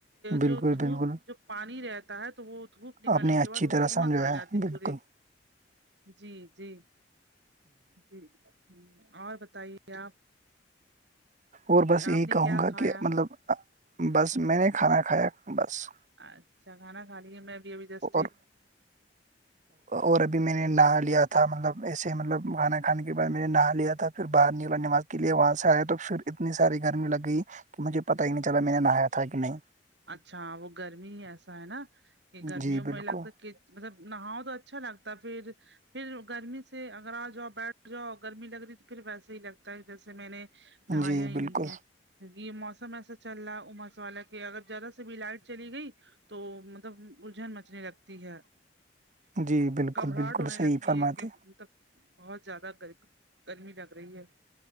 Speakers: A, on the right (about 45°); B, on the right (about 70°).
A: بالکل
B: جو دھوپ
A: بالکل
B: جو پانی رہتا ہے تو وہ دھوپ نکلنے
A: آپ نے
B: کے
A: اچھی
B: بعد وہ
A: طرح
B: امس
A: سمجھایا
B: آ جاتی
A: بالکل
B: پورے جی جی جی اور بتائیے آپ
A: اور بس یہی
B: آپ نے
A: کہوں
B: کیا
A: گا
B: کھایا
A: کہ مطلب بس میں نے کھانا کھایا بس
B: اچھا کھانا کھاے میں ابھی ابھی دسٹ
A: اور اور ابھی میں نے نہا لیا تھا مطلب ایسے مطلب کھانا کھانے کے بعد میں نے نہا لیا تھا پھر باہر نکلا نماز کے لیے وہاں سے آئے تو پھر اتنی ساری گرمی لگ گئی کہ مجھے پتا ہی نہیں چلا میں نے نہایا تھا کہ نہیں
B: اچھا وہ گرمی ہی ایسا ہے نا کہ گرمیوں
A: جی
B: مھے
A: بالکل
B: لگتا ہے کہ مطلب نہاؤ تو اچھا لگتا ہے پھر پھر گرمی سے اگر آ جاؤ بیٹھ جاؤ گرمی لگ رہی تو پھر ویسے ہی لگتا ہے جیسے میں نے نہایا
A: جی
B: ہی
A: بالکل
B: نہیں ہے کیونکہ یہ موسم ایسا چل رہا ہے اماس والا کہ اگر جذرا سے بھی لائٹ چلی گئی تو مطلب الجھن مچنے لگتی ہے
A: جی بالکل
B: گھبراہٹ
A: بالکل
B: ہونے
A: صحیح
B: لگتی
A: فرماتے
B: ہے کہ تب بہت زیادہ گ گرمی لگ رہی ہے